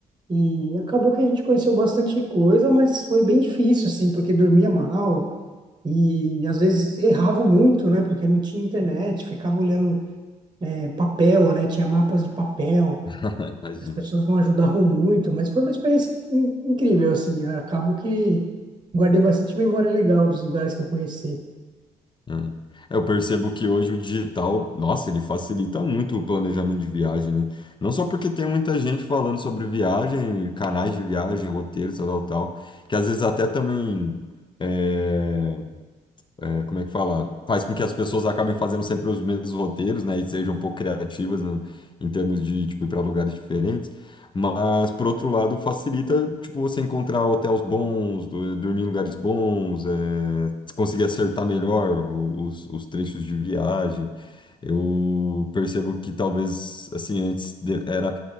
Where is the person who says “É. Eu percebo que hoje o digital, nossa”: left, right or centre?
Left